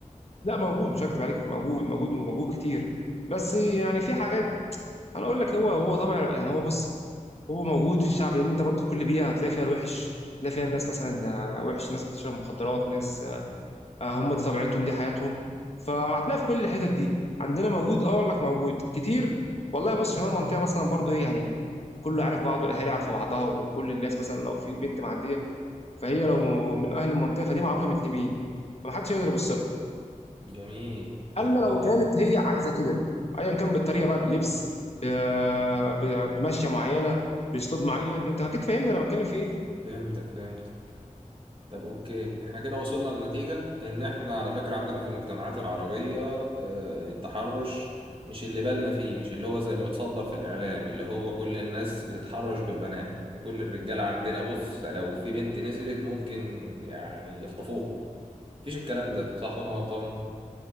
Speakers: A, on the left (about 50°); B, on the right (about 40°).
A: لا موجود مش هكدب عليك موجود موجود وموجود كتير بس يعني في حاجات انا اقول لك هو هو طبعا يعني هو بص هو موجود في الشعب لان انت برضه في كل بيئه هتلاقي فيها الوحش هتلاقي فيها ناس مثلا آه، وحش ناس بتشرب مخدرات ناس آه، هم دي طبيعتهم دي حياتهم فهتلاقي في كل الحتت دي عندنا موجود اه اقول لك موجود كتير والله بص عشان انا منطقه مثلا برضه ايه يعني كله عارف بعضه الاهالي عارفه بعضها وكل الناس مثلا لو في بنت معديه فهي لو من اهل المنطقه فدي معروفه بتنين فمحدش يقدر يبص لها
B: جميل
A: الا
B: جميل
A: لو كانت
B: جدا
A: هي عايزه كده ايا كان بالطريقه بقى بلبس ب- ب- بمشيه معينه باسلوب معين انت اكيد فاهمني انا بتكلم في ايه
B: فهمتك فهمت طب اوكي احنا كده وصلنا لنتيجة ان احنا على فكرة عندنا في المجتمعات العربية آه، التحرش مش اللي بالنا فيه مش اللي هو زي اللي متصدر في الاعلام اللي هو كل الناس بتتحرش بالبنات وكل الرجالة عندنا بص لو في بنت نزلت ممكن يعني يخطفوها مفيش الكلام ده صح ولا أنا غلطان